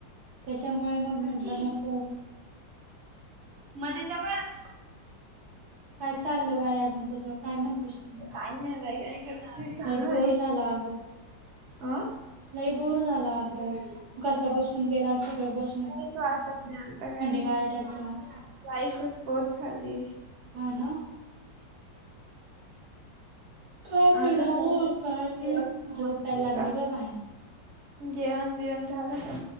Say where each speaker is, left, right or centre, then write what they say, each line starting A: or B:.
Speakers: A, on the right (about 65°); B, on the right (about 80°).
A: त्याच्यामुळे मग म्हंटलं नको
B: मध्येतवास
A: काय चाललं बाई अजून तुझ काय म्हणतेस तू
B: काय नाही बाई काय करते चालू
A: बोर
B: आहे
A: झाला
B: अं?
A: लय बोर झाला अगं कस बसून गेला सगळ बस
B: नाही तो आक नाही आताक आहे
A: गारठ्याचं
B: लाईफ बोत फरदी
A: ह ना काय
B: अजून
A: कराव
B: बाई,
A: काय
B: जेवण
A: र झोपायला लागली
B: झालं
A: का माय
B: जेवण बिवण झालं का